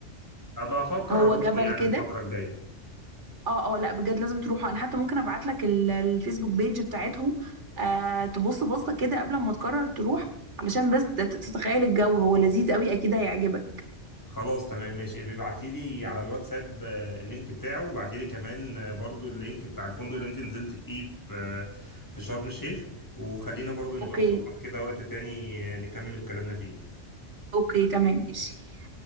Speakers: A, on the left; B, on the right.
A: هبقى أفكر
B: هو
A: أروحه
B: جبل
A: يعني
B: كده
A: الفترة الجاية
B: اه اه لا بجد لازم تروحوا انا حتى ممكن ابعت لك ال- الفيسبوك بيج بتاعتهم آه تبص بصه كده قبل ما تقرر تروح علشان بس تت- تتخيل الجو هو لذيذ قوي اكيد هيعجبك
A: خلاص تمام ماشي بيبعتيلي على الواتساب آه، اللينك بتاعه وبعتيلي كمان آه، برضو اللينك بتاع الفندق اللي أنت نزلت فيه في آه، في شرم الشيخ وخلينا برضو نبقى
B: اوكي
A: نظبط كده وقت تاني آه، نكمل كلامنا فيه
B: اوكي تمام ماشي